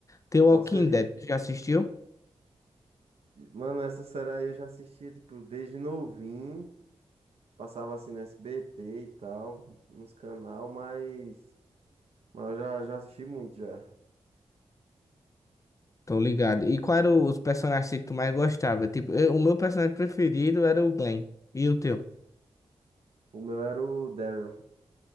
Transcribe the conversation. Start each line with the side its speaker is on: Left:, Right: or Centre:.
Left: The Walking
Right: Qual seria?
Left: Dead, tu já assistiu?
Right: Mano, essa série aí eu já assistia, tipo, desde novinho. Passava assim no SBT e tal, nos canal, mas... Mas eu já, já assisti muito, já.
Left: Tô ligado. E qual eram os personagens que tu mais gostava? Tipo, eu- o meu personagem preferido era o Glenn. E o teu?
Right: O meu era o Daryl.